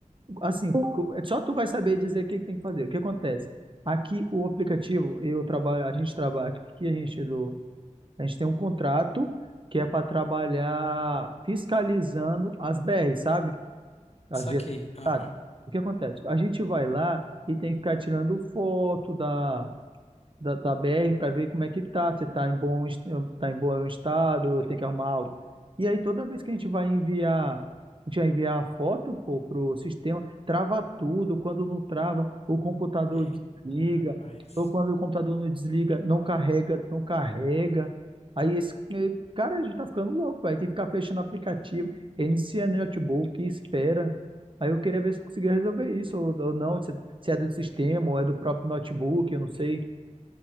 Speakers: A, on the right; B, on the left.
A: Assim, co- só tu vai saber dizer o que que tem que fazer. O que acontece? Aqui o aplicativo, eu trabalho, a gente trabalha, aqui a gente do, a gente tem um contrato que é para trabalhar fiscalizando as BR, sabe? As
B: Saquei,
A: vias do estado.
B: aham.
A: O que acontece? A gente vai lá e tem que ficar tirando foto da da, da BR para ver como é que tá, se tá em bom, es- tá em bom eh, estado, tem que arrumar algo. E aí toda vez que a gente vai enviar, a gente vai enviar a foto, pô, pro sistema, trava tudo, quando não trava, o computador
B: Eita,
A: desliga,
B: rapaz.
A: ou quando o computador não desliga, não carrega, não carrega. Aí esse, eh, cara, a gente tá ficando louco, vai tem que ficar fechando aplicativo, inicia no notebook, espera. Aí eu queria ver se tu conseguia resolver isso ou, ou não, se, se é do sistema ou é do próprio notebook, eu não sei.